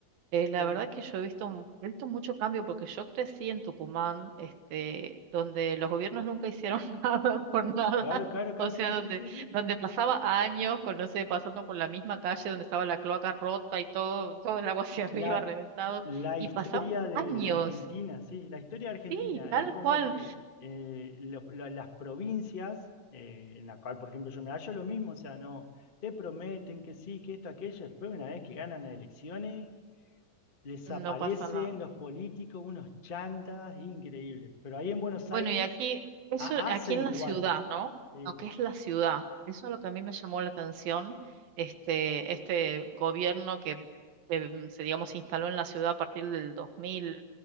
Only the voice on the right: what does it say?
Eh, la
verdad que yo he visto, un- he visto mucho cambio porque yo crecí en Tucumán, este, donde los gobiernos nunca hicieron <laughs> nada por nada.
O sea,
donde,
donde pasaba años, con, no sé, pasando por la misma calle donde estaba la cloaca rota y todo, todo el agua <laughs> hacia arriba
reventado.
Y
pasaban
años.
Sí, tal
cual.
No pasa nada.
Bueno,
y aquí, eso,
aquí
en
la ciudad, ¿no?
Lo que es la ciudad, eso es lo que a mí me llamó la atención, este, este gobierno que, que, mm, se, digamos, se instaló en la ciudad a partir del dos mil